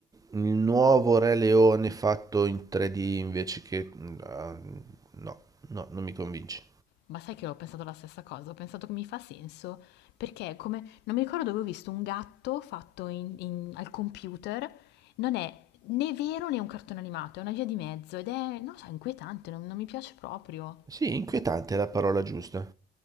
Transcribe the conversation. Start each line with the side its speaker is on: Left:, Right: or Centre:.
Right: il nuovo Re Leone fatto in 3D invece che... mm, ah, No, no, non mi convince.
Left: Ma sai che ho pensato la stessa cosa, ho pensato che mi fa senso, perché è come, non mi ricordo dove ho visto un gatto fatto in- in- al computer, non è né vero né un cartone animato, è una via di mezzo ed è, non lo so, inquietante, non, non mi piace proprio.
Right: Sì, inquietante è la parola giusta.